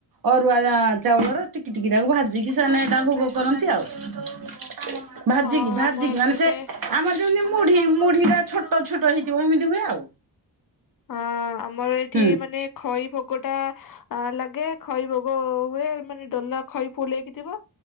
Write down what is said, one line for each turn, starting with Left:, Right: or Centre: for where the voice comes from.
Right: ଅରୁଆ ଚାଉଳର ଟିକି ଟିକିଟାକୁ ଭାଜିକି ସେମାନେ ଏଇଟା ଭୋଗ କରନ୍ତି ଆଉ। ଭାଜି
Left: ହଁ
Right: କି ଭାଜି
Left: ଆମ
Right: କି
Left: ଏପଟେ
Right: ମାନେ ସେ ଆମର ଯେମିତି ମୁଢ଼ି ମୁଢ଼ି ଟା ଛୋଟ ଛୋଟ ହେଇଥିବ ଏମିତି ହୁଏ ଆଉ।
Left: ହଁ ଆମର ଏଇଠି
Right: ହୁଁ
Left: ମାନେ ଖଇ ଭୋଗ ଟା ଆ ଲାଗେ ଖଇ ଭୋଗ ହୁଏ ମାନେ ଡଲା ଖଇ ଫୁଲେଇକି ଥିବ